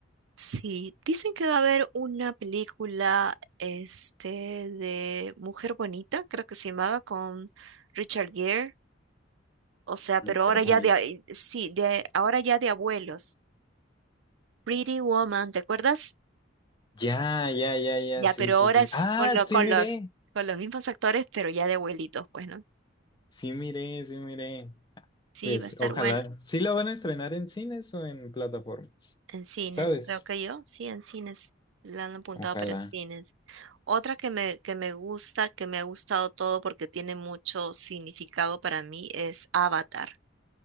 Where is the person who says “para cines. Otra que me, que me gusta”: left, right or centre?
Right